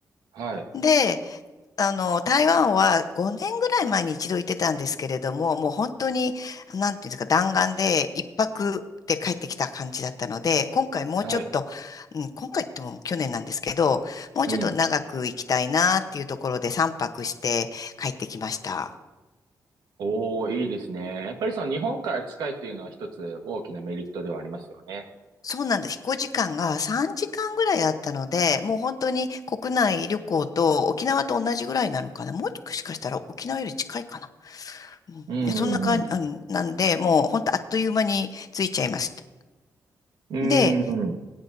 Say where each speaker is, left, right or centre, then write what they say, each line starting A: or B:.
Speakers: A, on the right; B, on the left.
A: はい。
B: で、あの、台湾は5年ぐらい前に一度行ってたんですけれども、もう本当に、なんていうんですか、弾丸で一泊で帰ってきた感じだったので、今回もうちょっと、
A: はい。
B: うん、今回っても去年なんですけど、もうちょっと長く行きたいなっていうところで三泊して帰ってきました。
A: うん。おー、いいですね。やっぱりその日本から近いっていうのは一つ大きなメリットではありますよね。
B: そうなんです。飛行時間が3時間ぐらいだったので、もう本当に国内旅行と沖縄と同じぐらいなのかな。もしかしたら沖縄より近いかな。うんで、
A: うん、
B: そんな感じ、
A: うん、
B: うん、なんで、もう本当あっという間についちゃいました。
A: うん。
B: で、
A: うん、うん。